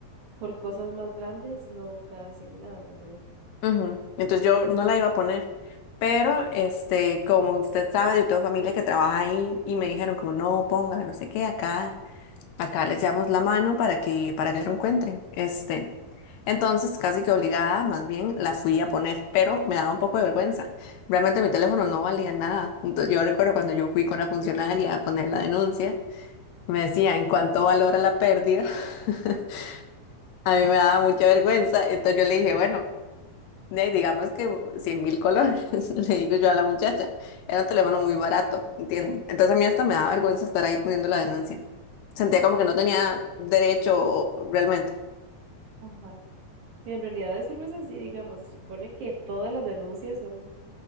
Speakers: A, on the right; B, on the left.
A: por cosas más grandes nunca hacen nada en realidad.
B: Ujú. Entonces yo no la iba a poner, pero este, como usted sabe, yo tengo familia que trabaja ahí y me dijeron como no, póngala, no sé qué, acá, acá les llevamos la mano para que, para que lo encuentren. Este, Entonces, casi que obligada, más bien la fui a poner, pero me daba un poco de vergüenza. Realmente mi teléfono no valía nada. Entonces, yo recuerdo cuando yo fui con la funcionaria a poner la denuncia, me decía, ¿en cuánto valora la pérdida? <laughs> A mí me daba mucha vergüenza. Entonces yo le dije, bueno, de ahí digamos que cien mil colones, <laughs> le digo yo a la muchacha. Era un teléfono muy barato, ¿entiendes? Entonces a mí hasta me daba vergüenza estar ahí poniendo la denuncia. Sentía como que no tenía derecho realmente.
A: Ajá. En realidad eso no es así, digamos, se supone que todas las denuncias son